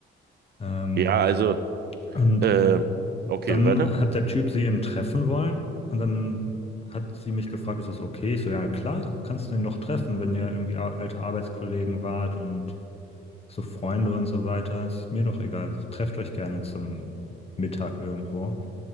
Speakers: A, on the left (about 30°); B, on the right (about 55°).
A: Ähm,
B: Ja, also,
A: und
B: äh, okay,
A: dann
B: weiter.
A: hat der Typ sie eben treffen wollen. Und dann hat sie mich gefragt, ist das okay? Ich so, ja klar, kannst du den doch treffen, wenn ihr irgendwie a- alte Arbeitskollegen wart und so Freunde und so weiter. Ist mir doch egal. Trefft euch gerne zum Mittag irgendwo.